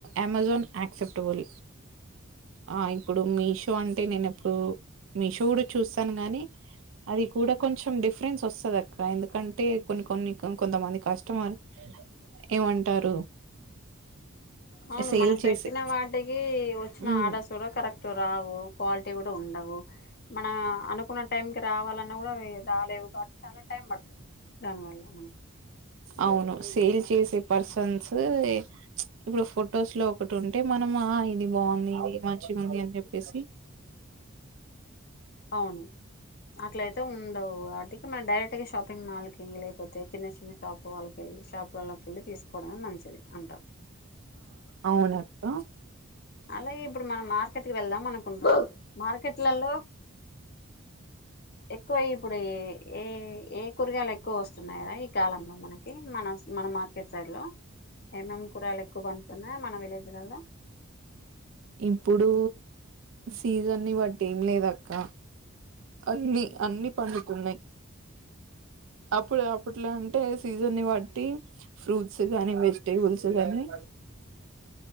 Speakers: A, on the right; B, on the left.
A: అమెజోన్ యాక్సెప్టబుల్ ఆ ఇప్పుడు మీషో అంటే నేను ఎప్పుడు మీషో కూడా చూస్తాను. గానీ అది కూడా కొంచెం డిఫరెన్స్ వస్తది. అ అక్క ఎందుకంటే కొన్ని కొన్ని కొంతమంది కష్టమార్ ఏమంటారు
B: అవును
A: సేల్
B: మనం
A: చేసే
B: పెట్టిన వాటికి వచ్చిన
A: ఉమ్
B: ఆర్డర్స్ కూడా కరెక్ట్ రావు క్వాలిటీ కూడా ఉండవు. మనం అనుకున్న టైం కి రావాలన్నా కూడా అవి రాలేవు కాబట్టి చాలా టైం పడుతుంది దానివల్ల మనకి
A: అవును సేల్ చేసే పర్స వన్స్ చ్ ఇప్పుడు ఫొటోస్ లో ఒకటి ఉంటే మనము ఆహా ఇది బాగుంది ఇది మంచిగా ఉంది అని చెప్పేసి
B: అవును అ ఇట్లయితే ఉండవు వాటికి మన డైరెక్ట్ గా షాపింగ్ మాల్ కి పెళ్ళైపోతే చిన్న చిన్న షాప్ వాల్కెళ్ళి షాప్ వాలకెళ్ళి తీసుకోవడమే మంచిది అంటాం
A: అవునాక్క
B: అలాగే ఇప్పుడు మనం మార్కెట్ కి వెళ్దాం అనుకుంటున్నాం మార్కెట్లలో ఎక్కువై ఇప్పుడు ఏ ఏ కూరగాయలు ఎక్కువ వస్తున్నాయి కదా కాలంలో మనకి మన మన మార్కెట్ సైడ్ లో ఏమేమ్ కూరగాయలు ఎక్కువ పండుతున్నాయి మన విలేజ్ ల్లాల
A: ఇప్పుడు సీజన్ని బట్టి ఏం లేదాక్క అన్ని అన్ని పండుతున్నాయి అప్పుడు అప్పట్లో అంటే సీజన్ని బట్టి ఫ్రూట్స్ గని, వెజిటేబుల్స్ గని